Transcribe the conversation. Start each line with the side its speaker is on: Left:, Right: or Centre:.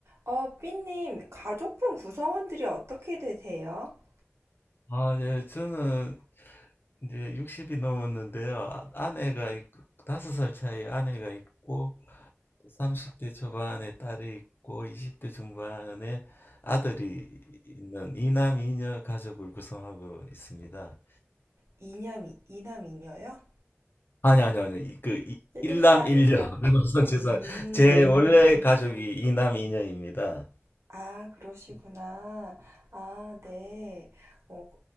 Right: 어, 삐님, 가족분 구성원들이 어떻게 되세요?
Left: 아, 네, 저는 이제 60이 넘었는데요. 아- 아내가 있고, 5살 차이 아내가 있고, 30대 초반에 딸이 있고, 20대 중반에 아들이 있는 이남 이녀 가족을 구성하고 있습니다.
Right: 이남 이- 이남, 이녀요?
Left: 아니, 아니, 아니, 이- 그, 이-
Right: 일라,
Left: 일남 일녀.
Right: 일라.
Left: <laughs> 죄송합니다.
Right: 음,
Left: 제 원래 가족이 이남 이녀입니다.
Right: 아, 그러시구나. 아, 네. 어,